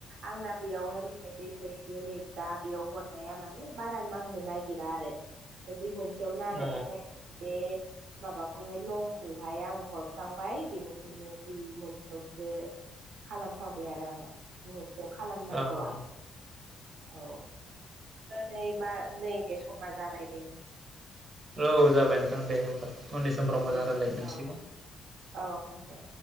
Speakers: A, on the right; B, on the right.
A: आंना बेयावहाय माने बे एसे नै दा बेयाव हरनाया माने बारा नांनो नागिरा आरो बै मोनसे खाथियाव नाङो
B: औ
A: ओमफ्राय बे माबाखौहाय नंखौहाय आं हरफ्लांबाय बेनिखायनो बे मोनसेयावसो खालामफ्रावबायै आरो आङो बे मोनसेयाव खालामनांगौआ
B: औ
A: औ नैबा नैबे समा जाबाय दे
B: औ जाबाय नोंथां दे होमबा उननि समफ्राव मोजां
A: दे
B: रायज्लायफिनसिगोन
A: औ औ दे